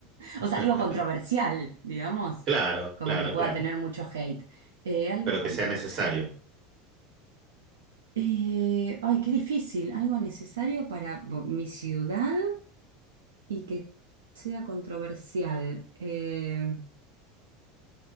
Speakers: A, on the right (about 45°); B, on the right (about 80°).
A: <laughs>
B: o sea, algo controversial, digamos,
A: Claro,
B: como
A: claro,
B: que pueda
A: claro,
B: tener mucho hate. Eh, algo
A: pero
B: controversial.
A: que sea necesario.
B: Eh, ay, qué difícil. Algo necesario para bo- mi ciudad y que sea controversial. Eh,